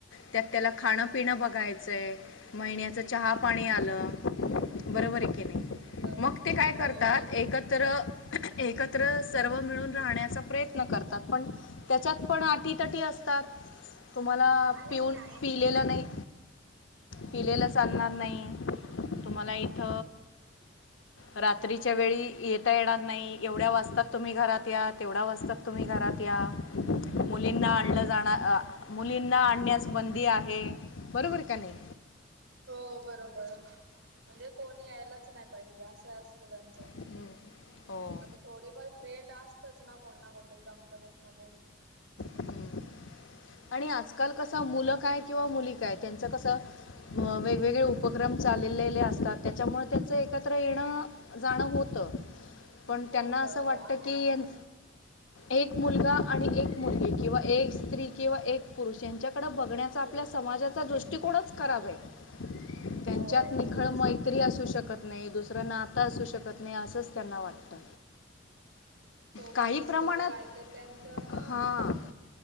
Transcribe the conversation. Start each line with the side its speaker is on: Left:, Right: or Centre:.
Left: त्यात त्याला खाणं
Right: नाही.
Left: पिणं बघायचंय महिन्याच चहा पाणी आलं बरोबर आहे की नाही
Right: हो
Left: मग ते काय करतात
Right: तेच ना.
Left: एकत्र एकत्र सर्व मिळून राहण्याचा प्रयत्न करतात पण त्याच्यात पण त असतात तुम्हाला
Right: अरे
Left: पिऊन
Right: ही आहे
Left: पिलेलं
Right: ते.
Left: नाही पिलेलंच आणलणार
Right: हम्म
Left: नाही तुम्हाला इथ रात्रीच्या वेळी येता येणार नाही एवढ्या वाजता तुम्ही घरात या तेवढा वास्तक तुम्ही घरात या मुलींना आणलं जा मुलींना आणण्यास बंदी आहे बरोबर का नाही
Right: हो बरोबर म्हणजे कोणी यायलाच नाही पाहिजे असं असतं त्यांचं
Left: हम्म. हो
Right: आता थोडेफार फ्रेंड असतच ना कोणना कोणतरी कंपनीत मध्ये
Left: हम्म. आणि आजकाल कसां मुलं काय किंवा मुली काय त्यांचं कसं अ वेगवेगळे उपक्रम चाललेले असतात त्याच्यामुळे त्यांचं एकत्र येणं जाणं होतं पण
Right: होत
Left: त्यांना असं
Right: हो
Left: वाटतं
Right: आणि
Left: की
Right: आता
Left: एक मुलगा
Right: हा
Left: आणि एक मुलगी किंवा एक स्त्री किंवा एक पुरुष यांच्याकडे बघण्याचा
Right: पुरुष
Left: आपल्या समाजात चा दृष्टिकोनच खराब आहे, त्यांच्यात
Right: हो
Left: निखळ
Right: तेच.
Left: मै त्री असू शकत नाही दुसरं नातं असू शकत नाही असंच त्यांना वाटतं.
Right: सोबत
Left: काही
Right: दिसलो
Left: प्रमाणात
Right: की काहीतरी त्यांच हा.
Left: हां